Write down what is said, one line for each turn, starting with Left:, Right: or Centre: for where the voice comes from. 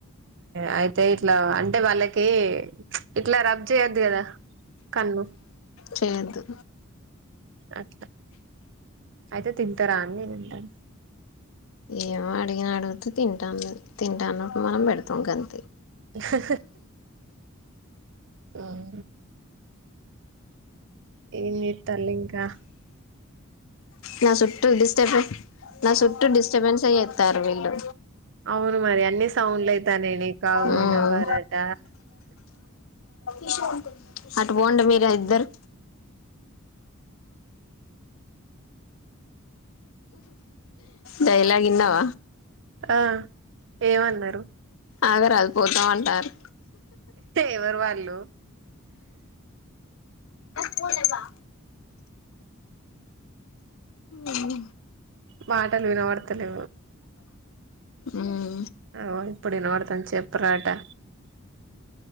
Right: అ ఇట్లా అంటే వాళ్ళకి ఇట్లా రబ్ చేయొద్దు కదా కన్నూ
Left: చేయద్దు
Right: అట్లా అయితే తింటారా అని నేన
Left: ఏమో అడిగిన అడుగుతే తింటన్నారు తింటాన్నప్పుడు మనం పెడతాం కదా
Right: హ ఆఆ ఏం ఎత్తలింకా
Left: నా చుట్టూ డిస్టబిన్స్ నా చుట్టూ డిస్టర్బెన్స్ అయేస్తారు వీళ్ళు
Right: అవును మరి అన్ని సౌండ్లయితా నేని కావున
Left: ఉమ్
Right: వరాట
Left: ఈషన్ అటు బాగుంటె మీరు కుందరు డైలాగు ఇన్నవ
Right: ఆ ఏమన్నారు
Left: ఆగ రాదా పోతాం అంటారు
Right: ఎవరు వాళ్ళు
Left: పోవా ఉమ్
Right: మాటలు వినవడుత తలే
Left: ఉమ్
Right: ఓ ఇప్పుడు నోడుత నీ చెప్ప పరోటా